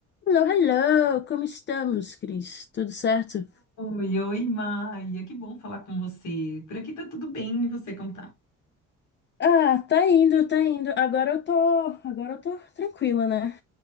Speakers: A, on the left; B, on the left.
A: Hello, hello! Como estamos, Cris? Tudo certo?
B: Oi, oi, Maia, que bom falar com você. Por aqui tá tudo bem, e você como tá?
A: Ah, tá indo, tá indo. Agora eu tô, agora eu tô tranquila, né?